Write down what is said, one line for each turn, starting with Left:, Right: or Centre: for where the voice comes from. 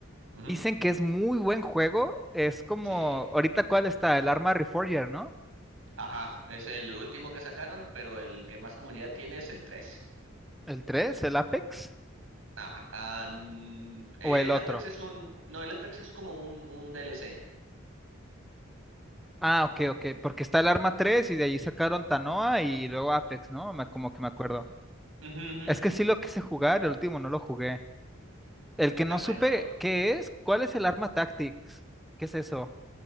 Right: Ujú,
Centre: Dicen que es muy buen juego. Es como,
Right: Sí.
Centre: ahorita cuál está, el Arma Reforger, ¿no?
Right: Ajá, es el último que sacaron, pero el que más comunidad tiene es el tres
Centre: ¿El 3, el Apex
Right: Ajá. ah, mm, el
Centre: o el otro?
Right: Apex es un, no, el Apex es como un, un DLC.
Centre: Ah, ok, ok, porque está el Arma tres y de allí sacaron Tanoa y luego Apex, ¿no? Me- como que me acuerdo.
Right: Ujú, ujú.
Centre: Es que sí lo quise jugar, el último no lo jugué. El que
Right: Está
Centre: no
Right: bueno.
Centre: supe qué es, ¿cuál es el arma Tactics? ¿Qué es eso?